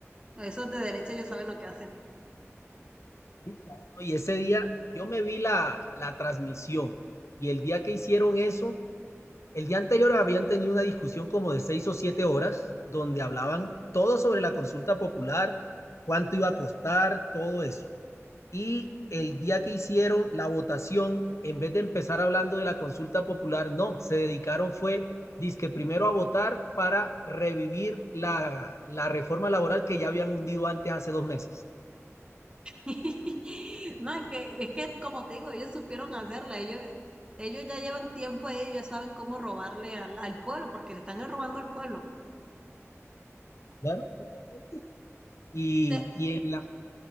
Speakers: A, on the right; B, on the left.
A: Esos de derecha ellos saben lo que hacen.
B: Sí, claro, ¿no? Y ese día yo me vi la, la transmisión y el día que hicieron eso, el día anterior habían tenido una discusión como de seis o siete horas donde hablaban todo sobre la consulta popular, cuánto iba a costar, todo eso. Y el día que hicieron la votación, en vez de empezar hablando de la consulta popular, no, se dedicaron fue, dizque primero a votar para revivir la, la reforma laboral que ya habían hundido antes hace dos meses.
A: <laughs> No, es que, es que como te digo, ellos supieron hacerla, ellos, ellos ya llevan tiempo ahí, ellos saben cómo robarle al, al pueblo, porque le están robando al pueblo.
B: Claro, totalmente. Y,
A: Se-
B: y en la,